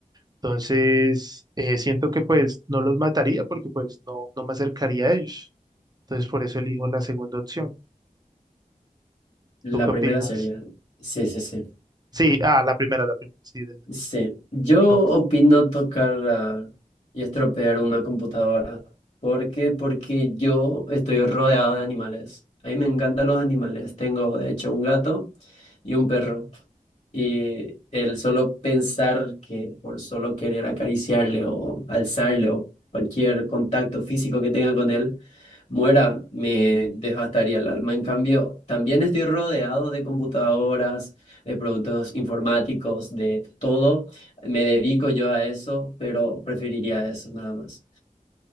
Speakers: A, on the right (about 30°); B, on the left (about 50°).
A: Entonces, eh, siento que pues no los mataría porque pues no, no me acercaría a ellos. Entonces, por eso elijo la segunda opción.
B: La
A: ¿Tú qué
B: primera
A: opinas?
B: sería. Sí, sí, sí.
A: Sí, ah, la primera, la primera, sí, del del
B: Sí, yo
A: toque.
B: opino tocar ah, y estropear una computadora. ¿Por qué? Porque yo estoy rodeado de animales. A mí me encantan los animales. Tengo, de hecho, un gato y un perro. Y el solo pensar que por solo querer acariciarle o alzarle o cualquier contacto físico que tenga con él, muera, me devastaría el alma. En cambio, también estoy rodeado de computadoras de productos informáticos, de todo. Me dedico yo a eso, pero preferiría eso nada más.